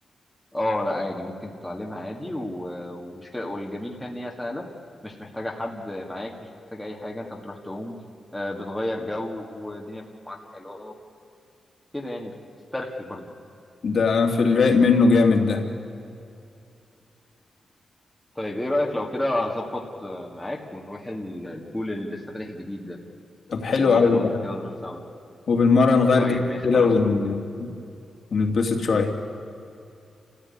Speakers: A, in the centre; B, on the left.
A: اه لا عادي ممكن تتعلمها عادي و- ومش كده والجميل فيها ان هي سهله مش محتاجه حد معاك مش محتاجه اي حاجه انت بتروح تعوم آه، بتغير جو والدنيا بتكون معاك حلوه كده يعني بتسترخي برضه
B: ده في الرايق منه جامد ده
A: طيب ايه رأيك لو كده اظبط آه، معاك ونروح ال- البول اللي لسه فاتح جديد ده
B: طب حلو
A: نظبط
B: قوي
A: انا وانت
B: ده
A: كده نروح سوا
B: وبالمرة نغير
A: طيب
B: جو
A: ماشي
B: كده
A: خلاص
B: ون-
A: لو
B: ونتبسط شوية